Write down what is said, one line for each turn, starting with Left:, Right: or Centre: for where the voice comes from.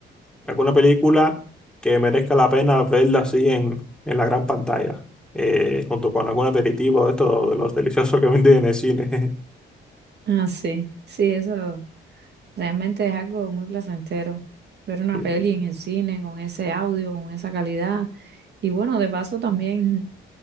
Centre: alguna película que merezca la pena verla así en, en la gran pantalla, eh, junto con algún aperitivo de esto, de los deliciosos que venden en el cine. <laughs>
Right: Ah, sí, sí, eso. Realmente es algo muy placentero ver una
Centre: Sí,
Right: peli en el cine con ese audio, con esa calidad. Y bueno, de paso también